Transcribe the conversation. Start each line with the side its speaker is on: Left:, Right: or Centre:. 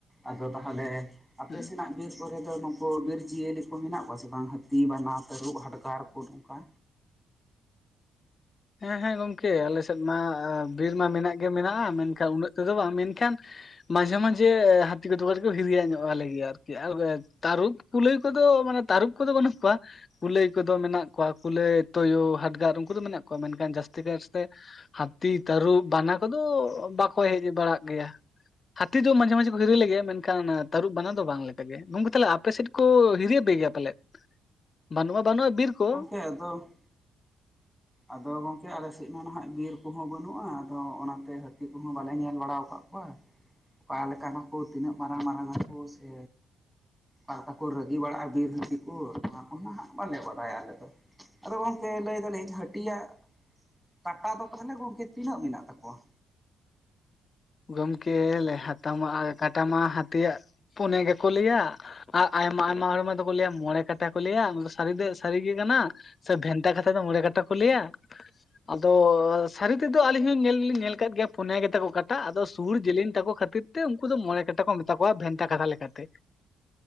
Centre: ᱟᱫᱚ ᱛᱟᱦᱚᱞᱮ ᱟᱯᱮ
Left: ᱦᱩᱸ
Centre: ᱥᱮᱱᱟᱜ ᱵᱤᱨ ᱠᱚᱨᱮ ᱫᱚ ᱱᱩᱠᱩ ᱵᱤᱨ ᱡᱤᱭᱟᱹᱞᱤ ᱠᱚ ᱢᱮᱱᱟᱜ ᱠᱚᱣᱟ ᱥᱮ ᱵᱟᱝ ᱦᱟᱹᱛᱤ, ᱵᱟᱱᱟ, ᱛᱟᱹᱨᱩᱵᱽ, ᱦᱟᱰᱜᱟᱨ ᱠᱚ ᱱᱚᱝᱠᱟ?
Left: ᱦᱮᱸ ᱦᱮᱸ ᱜᱚᱢᱠᱮ ᱟᱞᱮ ᱥᱮᱫ ᱢᱟ ᱵᱤᱨ ᱢᱟ ᱢᱮᱱᱟᱜ ᱜᱮ ᱢᱮᱱᱟᱜᱼᱟ, ᱢᱮᱱᱠᱷᱟᱱ ᱩᱱᱟᱹᱜ ᱛᱮᱫᱚ ᱵᱟᱝ᱾ ᱢᱮᱱᱠᱷᱟᱱ ᱢᱟᱡᱷᱮ ᱢᱟᱡᱷᱮ ᱦᱟᱹᱛᱤ ᱠᱚᱫᱚ ᱠᱟᱴᱤᱡ ᱠᱚ ᱦᱤᱨᱤᱭᱟ ᱧᱚᱜ ᱟᱞᱮ ᱜᱮᱭᱟ ᱟᱨᱠᱤ ᱟᱨ ᱛᱟᱹᱨᱩᱵᱽ ᱠᱩᱞᱟᱹᱭ ᱠᱚᱫᱚ ᱢᱟᱱᱮ ᱛᱟᱹᱨᱩᱵᱽ ᱠᱚᱫᱚ ᱵᱟᱹᱱᱩᱜ ᱠᱚᱣᱟ᱾ ᱠᱩᱞᱟᱹᱭ ᱠᱚᱫᱚ ᱢᱮᱱᱟᱜ ᱠᱚᱣᱟ, ᱠᱩᱞᱟᱹᱭ ᱛᱳᱭᱳ, ᱦᱟᱰᱽᱜᱟᱨ ᱩᱱᱠᱩ ᱫᱚ ᱢᱮᱱᱟᱜ ᱠᱚᱣᱟ ᱢᱮᱱᱠᱷᱟᱱ ᱡᱟᱹᱥᱛᱤ ᱠᱟᱭᱛᱮ ᱦᱟᱹᱛᱤ, ᱛᱟᱹᱨᱩᱵᱽ, ᱵᱟᱱᱟ ᱠᱚᱫᱚ ᱵᱟᱠᱚ ᱦᱮᱡ ᱵᱟᱲᱟᱜ ᱜᱮᱭᱟ᱾ ᱦᱟᱹᱛᱤ ᱫᱚ ᱢᱟᱡᱷᱮ ᱢᱟᱡᱷᱮ ᱠᱚ ᱦᱤᱨᱤ ᱞᱮ ᱜᱮᱭᱟ᱾ ᱢᱮᱱᱠᱷᱟᱱ ᱛᱟᱹᱨᱩᱵᱽ, ᱵᱟᱱᱟ ᱫᱚ ᱵᱟᱝ ᱞᱮᱠᱟ ᱜᱮ᱾ ᱜᱚᱝᱠᱮ ᱛᱟᱦᱚᱞᱮ ᱟᱯᱮ ᱥᱮᱫ ᱠᱚ ᱦᱤᱨᱭᱟᱯᱮ ᱜᱮᱭᱟ ᱯᱟᱞᱮᱫ? ᱵᱟᱹᱱᱩᱜ ᱢᱟᱟ ᱵᱟᱹᱱᱩᱜᱼᱟ ᱵᱤᱨ ᱠᱚ᱾
Centre: ᱦᱮᱸ ᱟᱫᱚ ᱟᱫᱚ ᱜᱚᱝᱠᱮ ᱟᱞᱮ ᱥᱮᱡ ᱢᱟ ᱱᱟᱦᱟᱜ ᱵᱤᱨ ᱠᱚᱦᱚᱸ ᱵᱟᱹᱱᱩᱜᱼᱟ, ᱟᱫᱚ ᱚᱱᱟᱛᱮ ᱦᱟᱹᱛᱤ ᱠᱚᱦᱚᱸ ᱵᱟᱞᱮ ᱧᱮᱞ ᱵᱟᱲᱟᱣ ᱠᱟᱫ ᱠᱚᱣᱟ᱾ ᱚᱠᱟ ᱞᱮᱠᱟᱱ ᱟᱠᱩ? ᱛᱤᱱᱟᱹᱜ ᱢᱟᱨᱟᱝ ᱢᱟᱨᱟᱝ ᱟᱠᱩ? ᱥᱮ ᱚᱠᱟ ᱞᱮᱠᱟ ᱠᱚ ᱨᱟᱹᱜᱤ ᱵᱟᱲᱟᱜᱼᱟ ᱵᱤᱨ ᱦᱟᱛᱤ ᱠᱩ? ᱱᱚᱶᱟ ᱠᱚ ᱢᱟ ᱦᱟᱸᱜ ᱵᱟᱞᱮ ᱵᱟᱰᱟᱭᱟ ᱟᱞᱮ ᱫᱚ᱾ ᱟᱫᱚ ᱜᱚᱝ ᱠᱮ ᱞᱟᱹᱭ ᱫᱟᱹᱞᱤᱧ ᱦᱟᱹᱴᱤᱭᱟᱜ ᱠᱟᱴᱟ ᱫᱚ ᱛᱟᱦᱚᱞᱮ ᱜᱚᱝᱠᱮ ᱛᱤᱱᱟᱹᱜ ᱢᱮᱱᱟᱜ ᱛᱟᱠᱚᱣᱟ?
Left: ᱜᱚᱢᱠᱮ ᱞᱮ ᱦᱟᱛᱟ ᱢᱟ ᱠᱟᱴᱟ ᱢᱟ ᱦᱟᱛᱤᱭᱟᱜ ᱯᱩᱱᱭᱟᱹ ᱜᱮᱠᱚ ᱞᱟᱹᱭᱟ᱾ ᱟᱨ ᱟᱭᱢᱟ ᱟᱭᱢᱟ ᱦᱚᱲ ᱢᱟ ᱫᱚᱠᱚ ᱞᱟᱹᱭᱟ ᱢᱚᱬᱮ ᱠᱟᱴᱟ ᱠᱚ ᱞᱟᱹᱭᱟ, ᱚᱱᱟ ᱫᱚ ᱥᱟᱹᱨᱤ ᱫᱚ ᱥᱟᱹᱨᱤ ᱜᱮ ᱠᱟᱱᱟ᱾ ᱥᱮ ᱵᱷᱮᱱᱛᱟ ᱠᱟᱛᱷᱟ ᱛᱮ ᱢᱚᱬᱮ ᱠᱟᱴᱟ ᱠᱚ ᱞᱟᱹᱭᱟ? ᱟᱫᱚᱻ ᱥᱟᱹᱨᱤ ᱛᱮᱫᱚ ᱟᱞᱤᱧ ᱦᱚᱸᱧ ᱧᱮᱞ ᱞᱤᱧ ᱧᱮᱞ ᱟᱠᱟᱫ ᱜᱮᱭᱟ᱾ ᱯᱳᱱᱭᱟ ᱜᱮᱛᱟ ᱠᱚ ᱠᱟᱴᱟ ᱟᱫᱚ ᱥᱩᱬ ᱡᱮᱞᱮᱧ ᱛᱟᱠᱚ ᱠᱷᱟᱹᱛᱤᱨ ᱛᱮ, ᱩᱱᱠᱩ ᱫᱚ ᱢᱚᱬᱮ ᱠᱟᱴᱟ ᱠᱚ ᱢᱮᱛᱟ ᱠᱚᱣᱟ ᱵᱷᱮᱱᱛᱟ ᱠᱟᱛᱷᱟ ᱞᱮᱠᱟᱛᱮ᱾